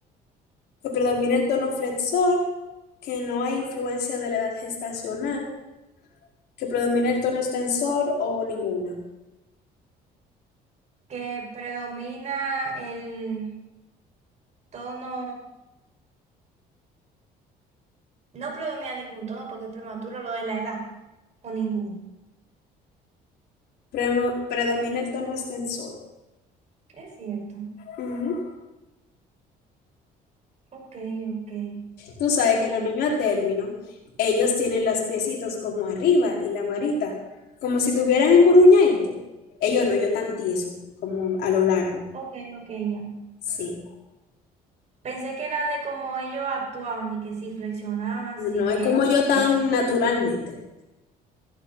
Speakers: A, on the left; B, on the right.
A: que predomina el tono flexor, que no hay influencia de la edad gestacional, que predomina el tono extensor o ninguna.
B: Que predomina el tono. No predomina ningún tono porque es prematuro lo de la edad. O ninguno.
A: Pre- predomina el tono extensor.
B: Es cierto.
A: Ujú.
B: Ok, ok.
A: Tú sabes
B: Vamos
A: que
B: a-
A: los niños a término, ellos tienen los piecitos como arriba y la manita, como si tuvieran
B: Ujú.
A: engurruñadito. Ellos no, ellos tan tieso, como a lo largo.
B: Ok, ok, ya.
A: Sí.
B: Pensé que era de cómo ellos actuaban y que si flexionaban, si
A: No
B: que
A: es como
B: esto.
A: yo
B: si
A: tan
B: lo otro.
A: naturalmente,